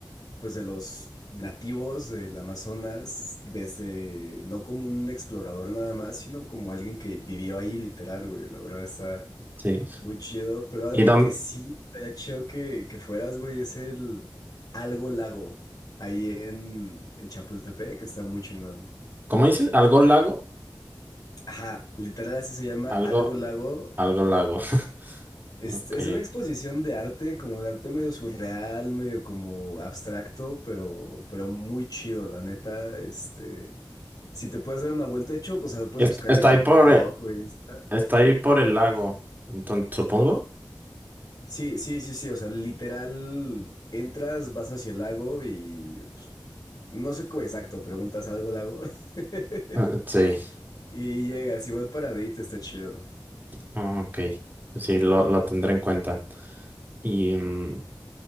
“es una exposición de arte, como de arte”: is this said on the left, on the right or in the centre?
Left